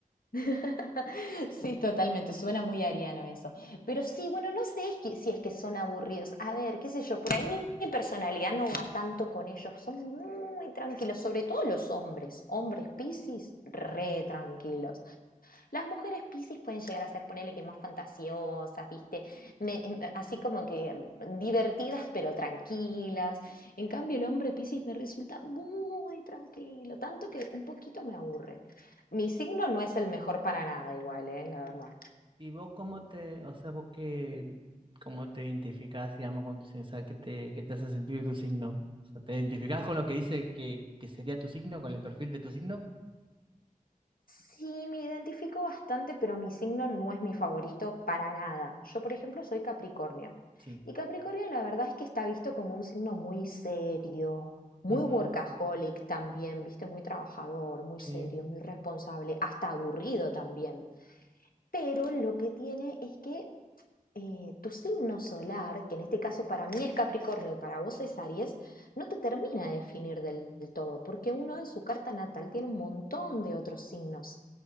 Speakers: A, on the left (about 80°); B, on the right (about 35°).
A: <laughs> Sí, totalmente, suena muy ariano eso. Pero sí, bueno, no sé es que- si es que son aburridos. A ver, qué sé yo, por ahí mi mi personalidad no va tanto con ellos. Son muy tranquilos, sobre todo los hombres. Hombres Piscis, re
B: <laughs>
A: tranquilos. Las mujeres Piscis pueden llegar a ser, ponele que más fantasiosas, ¿viste? Me- em, así como que divertidas pero tranquilas. En cambio, el hombre Piscis me resulta muy tranquilo, tanto que un poquito me aburre. Mi signo
B: Ujú.
A: no es el mejor para nada igual, ¿eh? La verdad.
B: ¿Y vos cómo te, o sea, vos qué, cómo te identificás, digamos, con tu signo? O sea, ¿qué te, qué te hace sentir tu signo? O sea, ¿te identificás con lo que dice que, que sería tu signo, con el perfil de tu signo?
A: Sí, me identifico bastante, pero mi signo no es mi favorito para nada. Yo, por ejemplo, soy Capricornio.
B: Sí.
A: Y Capricornio, la verdad es que está visto como un signo muy serio, muy
B: Ujú,
A: workaholic también, viste, muy trabajador, muy
B: Sí,
A: serio, muy responsable, hasta aburrido también. Pero lo que tiene es que eh, tu signo solar, que en este caso para mí es Capricornio y para vos es Aries, no te termina de definir del todo, porque uno en su carta natal tiene un montón de otros signos.